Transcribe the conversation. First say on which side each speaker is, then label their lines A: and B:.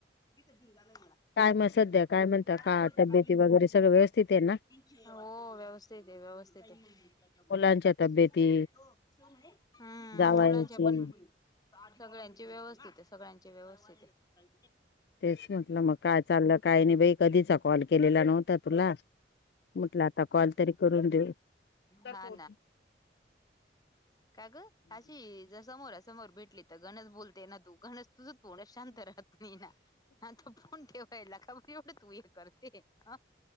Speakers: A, on the left; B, on the left.
A: तिथच घेऊन जाणार आहे मला
B: काय मग
A: याच्या
B: सध्या
A: सोबत,
B: काय
A: तू
B: म्हणता
A: का रोटी
B: तब्येती
A: खाल्ली
B: वगैरे सगळं व्यवस्थित आहे ना
A: <inaudible> हो व्यवस्थि स्थित ये व्यवस्थित ये,
B: मुलांच्या तब्येती
A: जाणार आहे, तो म्हणे हा
B: जावायची
A: मुलांचे पण सगळ्यांची व्यवस्थित आहे व्यवस्थित आहे.
B: तेच म्हटलं, मग काय चाललं काय नाही बाई, कधीचा कॉल केलेला नव्हता तुला. म्हटलं आता कॉल तरी करून देऊ, करतो.
A: हा काय ग अशी जर समोरा-समोर भेटली तर गण च बोलते ना, तू गणच तुझ पोरंच शांत राहत नाही ना. आता फोन ठेवायला का बर तू येवढं तु हे करते, आ